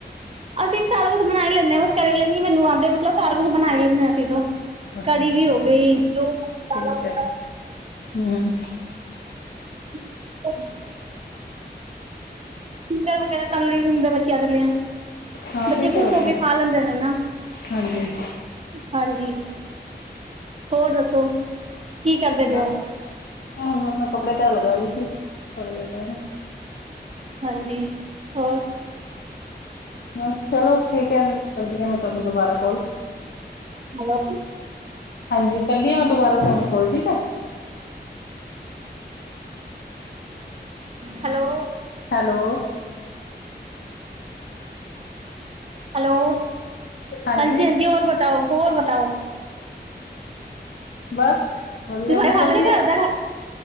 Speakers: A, on the right (about 35°); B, on the left (about 70°).
A: ਅਸੀਂ ਸਾਰਾ ਕੁਛ ਬਣਾ ਈ ਲੈਂਨੇ ਆ, ਬਸ ਕਰੇਲੇ ਨੀ ਮੈਨੂੰ ਆਂਦੇ, ਮਤਲਬ ਸਾਰਾ ਕੁਛ ਬਣਾ ਈ ਲੈਂਦੇ ਅਸੀਂ ਤੋ
B: ਅੱਛਾ
A: ਕੜੀ ਵੀ ਹੋ ਗਈ ਜੋ <unintelligible>
B: ਠੀਕ ਹੈ ਹਮ।
A: <unintelligible> <unintelligible> ਵਗੈਰਾ ਤ ਲਈ ਹੁਦੈ ਬੱਚਿਆਂ ਦੇ ਲਈ
B: ਹਾਂ
A: ਬੱਚੇ
B: ਠੀਕ
A: ਖ਼ੁਸ਼
B: ਹੈ ਹੋਰ
A: ਹੋ
B: ਕਿਆ
A: ਕੇ ਖਾ ਲੈਂਦੇ ਨੇ ਨਾ।
B: ਹਾਂਜੀ
A: ਹਾਂਜੀ। ਹੋਰ ਦੱਸੋ? ਕੀ ਕਰਦੇ ਪਏ
B: ਬਸ
A: ਹੋ,
B: ਹੁਣ ਮੈਂ ਆਪਣਾ ਕੱਪੜੇ ਧੈ ਲਗਾ ਰਹੀ ਸੀ ਥੋੜੇ ਜਿਹੇ ਪਏ ਨੇ।
A: ਹਾਂਜੀ। ਹੋਰ
B: ਬਸ ਚਲੋ ਠੀਕ ਐ, ਫਿਰ ਕਰਦੀ ਆ ਮੈਂ ਤੁਹਾਨੂੰ ਦੁਬਾਰਾ ਕਾਲ।
A: <unintelligible>
B: ਹਾਂਜੀ, ਕਰਦੀ ਆ ਮੈਂ ਦੁਬਾਰਾ ਤੁਹਾਨੂੰ ਕੋਲ ਠੀਕ ਐ।
A: ਹੈਲੋ।
B: ਹੈਲੋ।
A: ਹੈਲੋ,
B: ਹਾਂਜੀ
A: ਹਾਂਜੀ-ਹਾਂਜੀ ਹੋਰ ਬਤਾਓ, ਹੋਰ ਬਤਾਓ?
B: ਬਸ ਵਧੀਆ।
A: ਤੁਸੀਂ ਖਾ
B: ਮੈਂ ਕਰਦੀ
A: ਲੈਂਦੇ ਘਰ ਦਾ